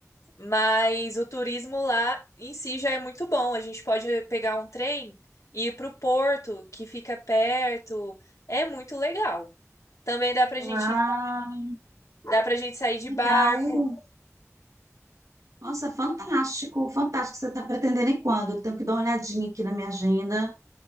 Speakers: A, on the left; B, on the right.
A: mas o turismo lá em si já é muito bom. A gente pode pegar um trem e ir para o porto, que fica perto. É muito legal. Também dá para gente,
B: Ah,
A: dá para gente sair de
B: legal.
A: barco.
B: Nossa, fantástico, fantástico. Você está pretendendo ir quando? Eu tenho que dar uma olhadinha aqui na minha agenda